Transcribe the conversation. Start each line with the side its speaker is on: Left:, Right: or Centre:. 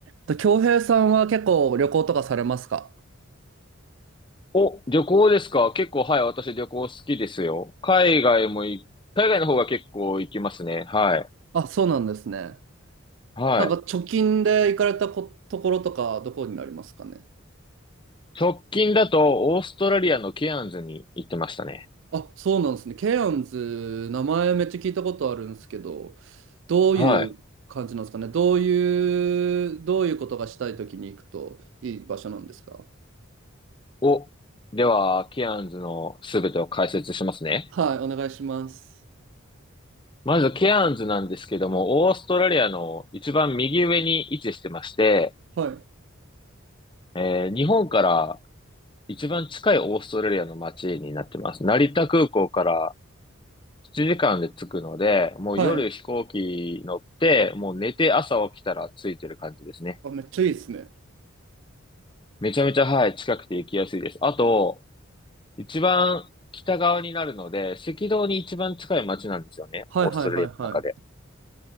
Right: と、京平さんは結構旅行とかされますか
Left: お、旅行ですか結構、はい、私旅行好きですよ。海外もい、海外の方が結構行きますね。はい。
Right: あ、そうなんですね。
Left: はい。
Right: なんか貯金で行かれたこと、ころとかどこになりますかね。
Left: 直近だと、オーストラリアのケアンズに行ってましたね。
Right: あ、そうなんですね。ケアンズ、名前めっちゃ聞いたことあるんですけど、どういう感じなんですかね。
Left: はい。
Right: どういう、どういうことがしたいときに行くといい場所なんですか
Left: お、では、ケアンズのすべてを解説しますね。
Right: はい、お願いします。
Left: まず、ケアンズなんですけども、オーストラリアの一番右上に位置してまして、
Right: はい、
Left: えー日本から一番近いオーストラリアの街になってます。成田空港から7時間で着くので、もう夜飛行機乗って、
Right: はい。
Left: もう寝て朝起きたら着いてる感じですね。
Right: あ、めっちゃいいですね。
Left: めちゃめちゃ、はい、近くて行きやすいです。あと、一番北側になるので、赤道に一番近い街なんですよね。
Right: はいはいはいはい。
Left: オーストラリアの中で。